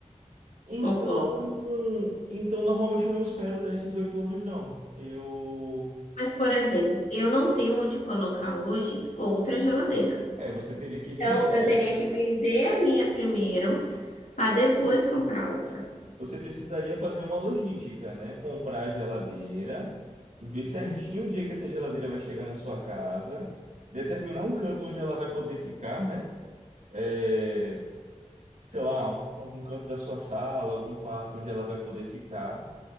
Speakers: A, on the right (about 85°); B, on the left (about 85°).
A: Então,
B: Concordo.
A: então normalmente eu não espero dar esses oito anos, não. Eu.
B: Mas, por exemplo, eu não tenho onde colocar hoje outra geladeira.
A: É, você teria que
B: Então,
A: vender
B: eu
A: essa.
B: teria que vender a minha primeiro para depois comprar outra.
A: Você precisaria fazer uma logística, né? Comprar a geladeira, ver certinho o dia que essa geladeira vai chegar na sua casa, determinar um canto onde ela vai poder ficar, né? É, sei lá, algum canto da sua sala, algum quarto onde ela vai poder ficar.